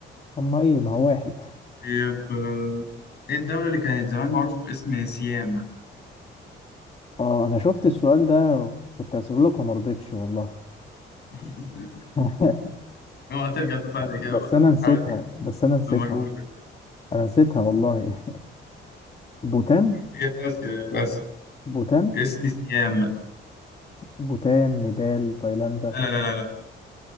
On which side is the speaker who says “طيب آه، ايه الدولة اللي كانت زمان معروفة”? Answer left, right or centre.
Left